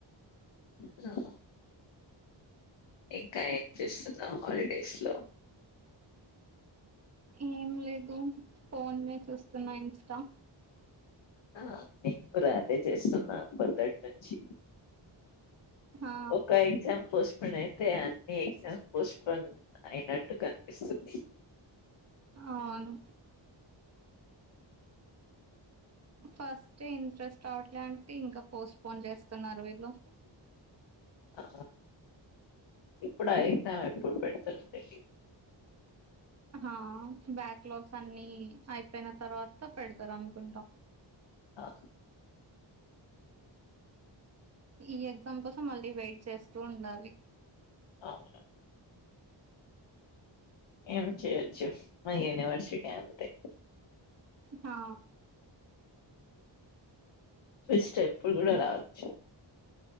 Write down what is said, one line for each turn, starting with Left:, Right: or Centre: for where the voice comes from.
Left: చెప్పినవా ఇంకా ఏం చేస్తున్నావ్ హాలిడేస్ లో
Right: ఏం లేదు ఫోన్ ని చూస్తున్న ఇన్స్టా
Left: ఆ నేను కూడా అదే చేస్తున్నా పొద్దటి నుంచి
Right: ఆ
Left: ఒక ఎగ్జాం పోస్ ఇప్పుడైతే అన్ని ఎగ్జామ్ పోస్ట్పోన్ అయినట్టు కనిపిస్తుంది ట్
Right: ఆ అవును ఫస్ట్ ఇంట్రెస్ట్ రావట్లే అంటే ఇంకా పోస్ట్ పోన్ చేస్తున్నారు వీళ్ళు
Left: ఆ ఇప్పుడు ఐతే ఆమె ఎప్పుడు పెడతదో తెలీదు
Right: హ బ్యాక్ లాగ్స్ అన్నిీ అయిపోయిన తర్వాత పెడతారు అనుకుంటా
Left: ఆ
Right: ఈ ఎగ్జామ్ కోసం మళ్ళీ వెయిట్ చేస్తూ ఉండాలి
Left: అవునా ఏం చేయొచ్చు మా యూనివర్సిటీ అంతే
Right: హా
Left: ఫెస్ట్ ఎప్పుడు కూడా రావచ్చు